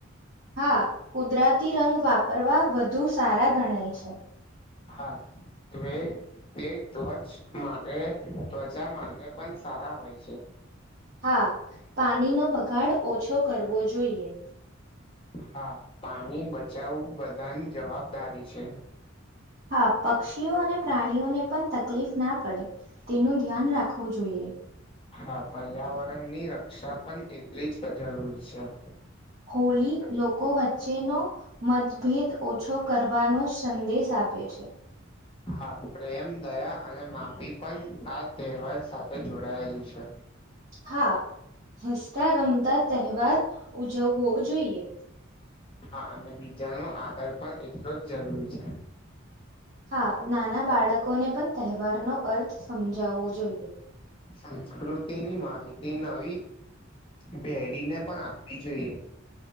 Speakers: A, on the right (about 50°); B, on the left (about 25°).
A: હા કુદરતી રંગ વાપરવા વધુ સારા ગણાય છે.
B: હા. તવે તે ધ્વચ માટે ત્વચા માટે પણ સારા હોય છે.
A: હા પાણીનો બગાડ ઓછો કરવો જોઈએ.
B: હા પાણી બચાવું બધાની જવાબદારી છે.
A: હા પક્ષીઓ અને પ્રાણીઓને પણ તકલીફના પડે તેનું ધ્યાન રાખવું જોઈએ.
B: હા પર્યાવરણની રક્ષા પન એટલી જ જરૂર છે.
A: હોલી લોકો વચ્ચેનો મતભેદ ઓછો કરવાનો સંદેશ આપે છે.
B: હા પ્રેમ, દયા અને માપી પણ આ તહેવાર સાથે જોડાયેલ છે.
A: હા હસતા રમતા તહેવાર ઉજવવો જોઈએ.
B: હા અને બીજાનો આધાર પણ એટલો જ જરૂરી છે.
A: હા નાના બાળકોને પણ તહેવારનો અર્થ સમજાવવો જોઈએ.
B: સંસ્કૃતિની માહિતી નવી પેઢને પણ આપવી જોઈએ.